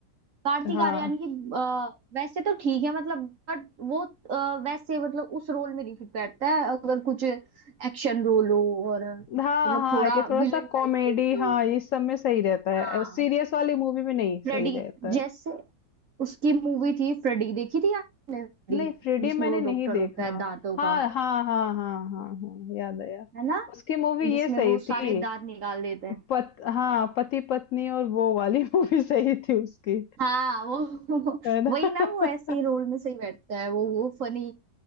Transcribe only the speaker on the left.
हाँ
हाँ हाँ
ये
थोड़ा सा
कॉमेडी
हाँ
इस सब में सही रहता
है सीरियस वाली मूवी में नहीं
सही रहता
है
नहीं फ्रीडी
मैंने
नहीं
देखा
हाँ
हाँ हाँ हाँ हाँ हाँ याद आया
उसकी मूवी
ये सही
थी
पत हाँ पति पत्नी और वो वाली <laughs> मूवी सही थी उसकी
है ना
<laughs>